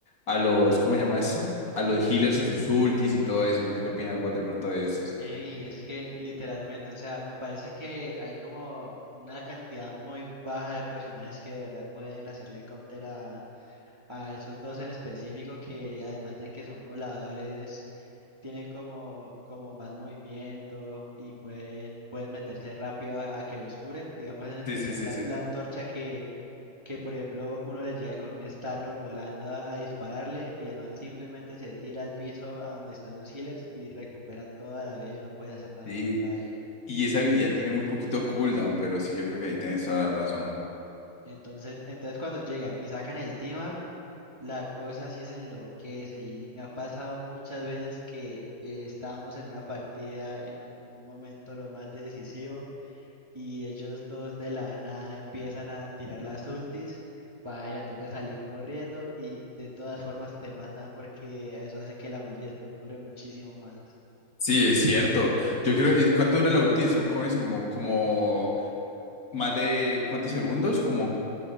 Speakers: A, on the left (about 45°); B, on the right (about 15°).
A: a los, ¿cómo se llama eso? A los healers en sus ultis y todo eso. No sé qué opinas vos de pronto de esos.
B: y es que literalmente, o sea, me parece que hay como una cantidad muy baja de personajes que de verdad pueden hacerle counter a, a esos dos en específico que además de que son voladores, tienen como, como más movimiento y pueden, pueden meterse rápido a, a que los curen, digamos en especial
A: Sí, sí, sí,
B: la,
A: sí.
B: la antorcha que que por ejemplo uno le llega con un Star-Lord volando a, a dispararle y el man simplemente se tira al piso a donde están los healers y recupera toda la vida y no puedes hacer nada
A: Sí.
B: contra él.
A: Y esa habilidad tiene muy poquito cooldown, pero sí, yo creo que ahí tienes toda la razón.
B: Entonces, entonces cuando llegan y sacan el team up, la cosa sí se enloquece y me ha pasado muchas veces que eh, estábamos en una partida en un, un momento lo más decisivo y ellos dos de la nada empiezan a tirar las ultis, va y la toca salir corriendo y de todas formas te matan porque eso hace que la ulti de Storm dure muchísimo más.
A: Sí, es cierto. Yo creo, ¿cuánto dura la ulti de Storm? Como, como más de cuántos segundos, como